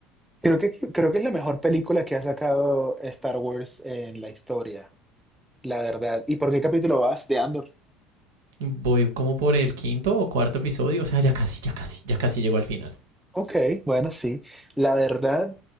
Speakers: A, in the centre; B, on the right.
A: Creo que, creo que es la mejor película que ha sacado Star Wars en la historia, la verdad. ¿Y por qué capítulo vas de Andor?
B: Voy como por el quinto o cuarto episodio. O sea, ya casi, ya casi, ya casi llego al final.
A: Ok, bueno, sí. La verdad